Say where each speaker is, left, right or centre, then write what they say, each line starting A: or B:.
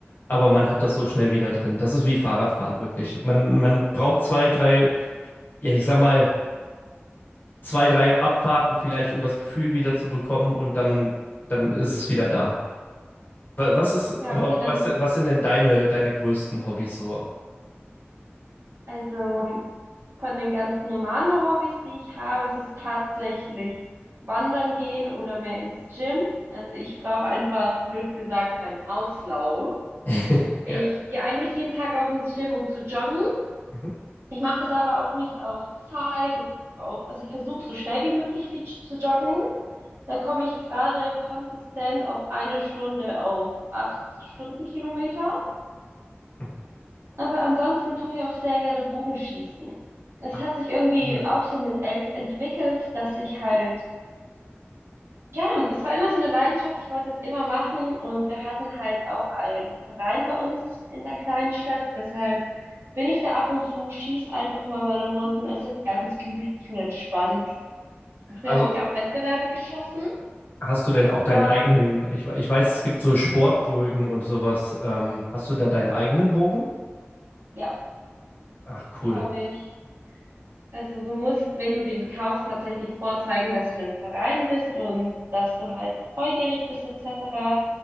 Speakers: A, on the left; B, on the right.
A: aber man hat das so schnell wieder drin. Das ist wie Fahrradfahren wirklich. Man, man braucht zwei, drei, ja, ich sag mal, zwei, drei Abfahrten vielleicht, um das Gefühl wieder zu bekommen und dann, dann ist
B: Mhm.
A: es wieder da. Wa- Was ist,
B: Ja,
A: aber
B: okay, dann
A: was, was sind denn deine, deine größten Hobbys so?
B: Also von den ganzen Normalo-Hobbys, die ich habe, ist es tatsächlich wandern gehen oder mehr ins Gym. Also ich brauche einfach, blöd gesagt, meinen Auslauf.
A: <laughs>
B: Ich
A: Ja.
B: gehe eigentlich jeden Tag auch ins Gym, um zu joggen.
A: Mhm.
B: Ich mache das aber auch nicht auf Zeit oder auf, also ich versuche so schnell wie möglich viel zu joggen. Da komme ich gerade konsistent auf eine Stunde auf acht Stundenkilometer.
A: Mhm.
B: Aber ansonsten tue ich auch sehr gerne Bogenschießen. Es
A: Ach,
B: hat sich irgendwie
A: cool.
B: auch so mit elf entwickelt, dass ich halt, ja, es war immer so eine Leidenschaft, ich wollte es immer machen und wir hatten halt auch einen Verein bei uns in der kleinen Stadt, deshalb bin ich da ab und zu, schieß einfach mal meine Runden, es ist ganz gemütlich und entspannt. Früher
A: Also
B: habe ich auch Wettbewerbe geschossen,
A: Hast du denn auch deinen
B: aber
A: eigenen, ich, we- ich weiß, es gibt so Sportbögen und sowas. Ähm, hast du da deinen eigenen Bogen?
B: ja,
A: Ach, cool.
B: habe ich. Also du musst, wenn du den kaufst, tatsächlich vorzeigen, dass du in einem Verein bist und dass du halt auch volljährig bist etc.